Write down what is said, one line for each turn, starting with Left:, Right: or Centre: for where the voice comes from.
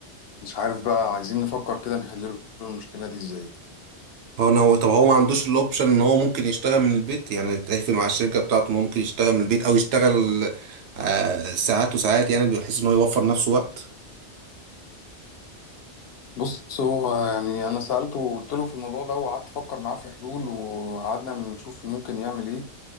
Left: مش عارف بقى عايزين نفكر كده نحل له المشكلة دي ازاي
Right: هو أنا- هو طب هو ما عندوش الاوبشن ان هو ممكن يشتغل من البيت يعني يتفق مع الشركة بتاعته ان هو ممكن يشتغل من البيت او يشتغل آه ساعات وساعات يعني بحيث ان هو يوفر نفسه وقت
Left: بص هو يعني انا سألته وقلت له في الموضوع ده وقعدت افكر معاه في حلول وقعدنا نشوف ممكن يعمل ايه